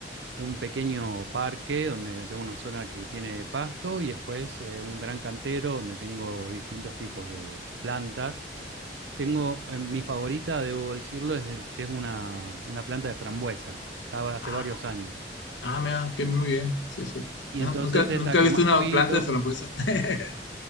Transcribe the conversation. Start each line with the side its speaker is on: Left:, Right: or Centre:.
Right: un pequeño parque donde tengo una zona que tiene pasto y después eh, un gran cantero donde tengo distintos tipos de plantas. Tengo, eh, mi favorita, debo decirlo, es, tengo una, una planta de frambuesa, ya hace
Left: Ah.
Right: varios años.
Left: Ah, mira, que muy bien. Sí, sí.
Right: Y
Left: No,
Right: entonces
Left: Nunca,
Right: es
Left: nunca
Right: la que
Left: he visto
Right: más
Left: una
Right: cuido.
Left: planta de frambuesa. <laughs>